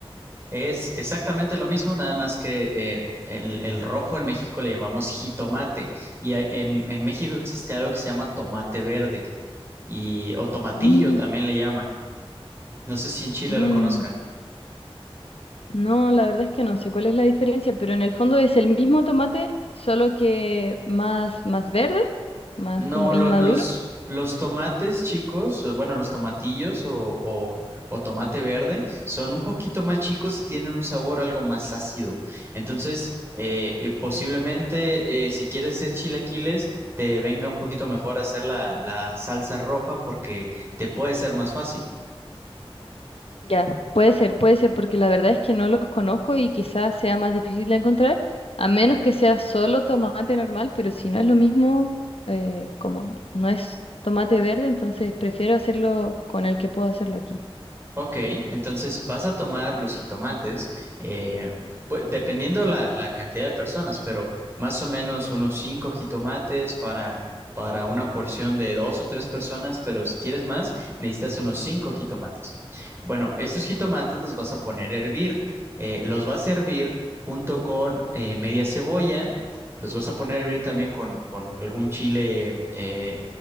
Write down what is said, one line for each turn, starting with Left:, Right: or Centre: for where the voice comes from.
Right: Es exactamente lo mismo, nada más que eh, el, el rojo en México le llamamos jitomate y a- en en México existe algo que se llama tomate verde. y o tomatillo
Left: Mm,
Right: también le llaman. No sé si en Chile
Left: mm,
Right: lo conozcan.
Left: No, la verdad es que no sé cuál es la diferencia, pero en el fondo es el mismo tomate, solo que más, más verde, más
Right: No,
Left: como
Right: lo-
Left: inmaduro.
Right: los, los tomates chicos, o bueno, los tomatillos o, o- o tomate verde son un poquito más chicos y tienen un sabor algo más ácido. Entonces, eh, eh, posiblemente eh, si quieres hacer chilaquiles, te venga un poquito mejor hacer la, la salsa roja porque te puede ser más fácil.
Left: Ya, puede ser, puede ser, porque la verdad es que no los conozco y quizás sea más difícil de encontrar, a menos que sea solo tomate normal, pero si no es lo mismo, eh, como no es tomate verde, entonces prefiero hacerlo con el que puedo hacerlo aquí.
Right: Ok, entonces vas a tomar los jitomates, eh, pu- dependiendo la, la cantidad de personas, pero más o menos unos cinco jitomates para, para una porción de dos o tres personas, pero si quieres más, necesitas unos cinco jitomates. Bueno, estos jitomates los vas a poner a hervir, eh, los vas a hervir junto con eh, media cebolla, los vas a poner a hervir también con, con algún chile, eh,